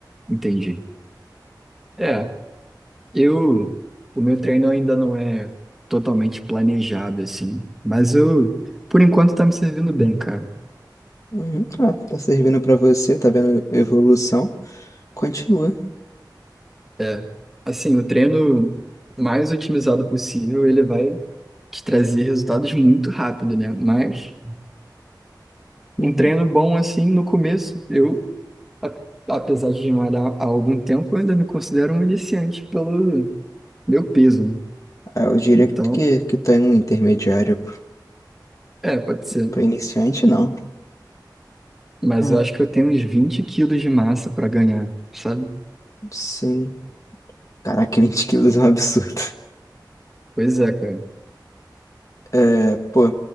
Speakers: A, in the centre; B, on the left.
A: Entendi. É, Eu, o meu treino ainda não é totalmente planejado, assim, mas eu, por enquanto, tá me servindo bem, cara.
B: Uhum, tá, tá servindo pra você, tá vendo evolução, continua.
A: É, assim, o treino mais otimizado possível, ele vai te trazer resultados muito rápido, né? Mas
B: Uhum.
A: um treino bom, assim, no começo, eu, a- apesar de malhar há algum tempo, eu ainda me considero um iniciante pelo meu peso, né?
B: Ah, Eu diria
A: Então,
B: que, que tá em um intermediário p-
A: é, pode ser.
B: pra iniciante, não.
A: Mas
B: Hum,
A: eu acho que eu tenho uns 20 quilos de massa para ganhar, sabe?
B: Sim. Caraca, <laughs> 20 quilos é um absurdo.
A: Pois é, cara.
B: É, pô,